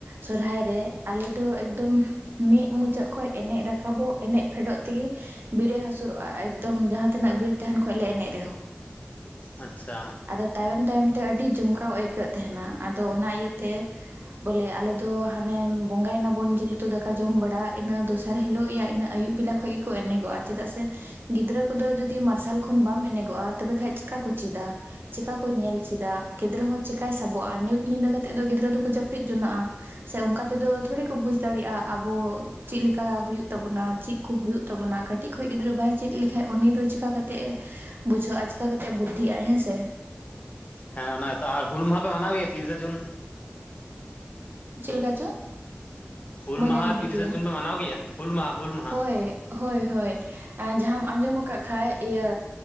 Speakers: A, on the right (about 60°); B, on the left (about 40°).
A: ᱥᱚᱨᱚᱦᱟᱭ ᱨᱮ ᱟᱞᱮ ᱫᱚ ᱮᱠᱫᱚᱢ ᱢᱤᱫ ᱢᱩᱪᱟᱹᱫ ᱠᱷᱚᱡ ᱮᱱᱮᱡ ᱨᱟᱠᱟᱵᱚᱜ ᱮᱱᱮᱡ ᱯᱷᱮᱰᱚᱜ ᱛᱮᱜᱮ ᱵᱤᱨᱮ ᱦᱟᱹᱥᱩᱨᱚᱜᱼᱟ, ᱮᱠᱫᱚᱢ ᱡᱟᱦᱟᱸ ᱛᱤᱱᱟᱹᱜ ᱵᱤᱨ ᱛᱟᱦᱮᱱ ᱠᱷᱚᱡ ᱞᱮ ᱮᱱᱮᱡ ᱨᱮᱦᱚᱸ᱾
B: ᱟᱪᱪᱷᱟ,
A: ᱟᱫᱚ ᱛᱟᱭᱚᱢ ᱛᱟᱭᱚᱢ ᱛᱮ ᱟᱹᱰᱤ ᱡᱚᱢᱠᱟᱣ ᱟᱹᱭᱠᱟᱹᱜ ᱛᱟᱦᱮᱱᱟ, ᱟᱫᱚ ᱚᱱᱟ ᱤᱭᱟᱹᱛᱮ ᱵᱚᱞᱮ ᱟᱞᱮ ᱫᱚ ᱦᱟᱱᱮ ᱵᱚᱸᱜᱟᱭᱱᱟᱵᱚᱱ ᱡᱮᱞ ᱩᱛᱩ ᱫᱟᱠᱟ ᱡᱚᱢ ᱵᱟᱲᱟ ᱤᱱᱟᱹ ᱫᱚᱥᱟᱨ ᱦᱤᱞᱳᱜ ᱤᱭᱟᱹ ᱤᱱᱟᱹ ᱟᱭᱩᱵ ᱵᱮᱞᱟ ᱠᱷᱚᱡ ᱜᱮᱠᱚ ᱮᱱᱮᱜᱚᱜᱼᱟ, ᱪᱮᱫᱟᱜ ᱥᱮ ᱜᱤᱫᱽᱨᱟᱹ ᱠᱚᱫᱚ ᱡᱩᱫᱤ ᱢᱟᱨᱥᱟᱞ ᱠᱷᱚᱱ ᱵᱟᱢ ᱮᱱᱮᱜᱚᱜᱼᱟ ᱛᱚᱵᱮ ᱠᱷᱟᱡ ᱪᱤᱠᱟ ᱠᱚ ᱪᱮᱫᱟ᱾ ᱪᱤᱠᱟ ᱠᱚ ᱧᱮᱞ ᱪᱮᱫᱟ ᱜᱤᱫᱽᱨᱟᱹ ᱦᱚᱸ ᱪᱤᱠᱟᱭ ᱥᱟᱵᱚᱜᱼᱟ, ᱧᱩᱛ ᱧᱤᱫᱟᱹ ᱠᱟᱛᱮᱜ ᱫᱚ ᱜᱤᱫᱽᱨᱟᱹ ᱫᱚᱠᱚ ᱡᱟᱹᱯᱤᱫ ᱡᱚᱱᱟᱜᱼᱟ᱾ ᱥᱮ ᱚᱱᱠᱟ ᱛᱮᱫᱚ ᱛᱷᱚᱲᱮ ᱠᱚ ᱵᱩᱡ ᱫᱟᱲᱮᱭᱟᱜᱼᱟ, ᱟᱵᱚ ᱪᱮᱜᱞᱮᱠᱟ ᱦᱩᱭᱩᱜ ᱛᱟᱵᱚᱱᱟ ᱪᱮᱫ ᱠᱚ ᱦᱩᱭᱩᱜ ᱛᱟᱵᱚᱱᱟ, ᱠᱟᱹᱴᱤᱡ ᱠᱷᱚᱡ ᱜᱤᱫᱽᱨᱟᱹ ᱵᱟᱭ ᱪᱮᱫ ᱞᱮᱠᱷᱟᱡ ᱩᱱᱤ ᱫᱚ ᱪᱤᱠᱟ ᱠᱟᱛᱮᱜ ᱮ ᱵᱩᱡᱷᱟᱹᱜᱼᱟ ᱪᱤᱠᱟ ᱠᱟᱛᱮᱜ ᱵᱩᱫᱽᱫᱷᱤᱟᱭ ᱦᱮᱸ ᱥᱮ᱾
B: ᱦᱮᱸ ᱚᱱᱟ ᱜᱮᱛᱚ ᱟᱨ ᱦᱩᱞ ᱢᱟᱦᱟ ᱯᱮ ᱢᱟᱱᱟᱣ ᱜᱮᱭᱟ ᱛᱤᱨᱤᱥᱟ ᱡᱩᱱ?
A: ᱪᱮᱫ ᱞᱮᱠᱟ ᱪᱚ?
B: ᱦᱩᱞ
A: ᱵᱟᱹᱧ
B: ᱢᱟᱦᱟ
A: ᱟᱸᱡᱚᱢ
B: ᱛᱤᱨᱤᱥᱟ
A: ᱴᱷᱤᱠ ᱞᱮᱜᱼᱟ
B: ᱡᱩᱱ ᱯᱮ ᱢᱟᱱᱟᱣ ᱜᱮᱭᱟ, ᱦᱩᱞ ᱢᱟᱦᱟ ᱦᱩᱞ ᱢᱟᱦᱟ?
A: ᱦᱳᱭ ᱦᱳᱭ ᱦᱳᱭ ᱡᱟᱦᱟᱢ ᱟᱸᱡᱚᱢ ᱟᱠᱟᱫ ᱠᱷᱟᱡ ᱤᱭᱟᱹ